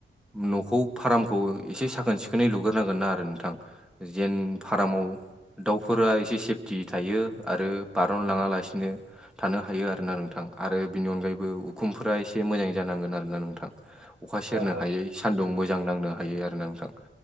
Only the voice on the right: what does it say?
औ औ
नोंथां